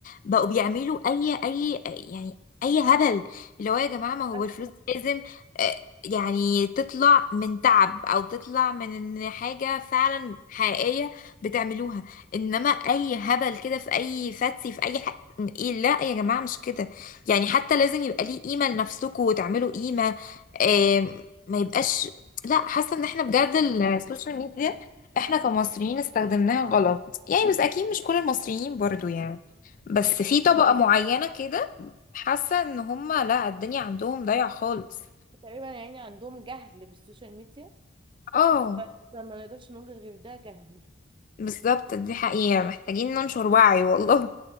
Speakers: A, on the left; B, on the right.
A: بقوا بيعملوا اي اي يعني اي هبل اللي هو يا جماعة ما هو
B: للاسف
A: الفلوس دي لازم آه، يعني تطلع من تعب او تطلع من إن حاجة فعلا حقيقية بتعملوها انما اي هبل كده في اي فاتسي في اي حاجة ايه لا يا جماعة مش كده يعني حتى لازم يبقى ليه قيمة لنفسكم وتعملوا قيمة آم، ما يبقاش لا حاسه ان احنا بجد السوشيال ميديا احنا كمصريين استخدمناها غلط يعني بس اكيد مش كل المصريين برضو يعني بس
B: اه
A: في طبقه معينه كده حاسه ان هم لا الدنيا عندهم ضايعه خالص
B: تقريبا يعني عندهم جهل بالسوشيال ميديا
A: اه
B: بس ما نقدرش نقول غير ده جهل
A: بالظبط دي حقيقه محتاجين ننشر وعي والله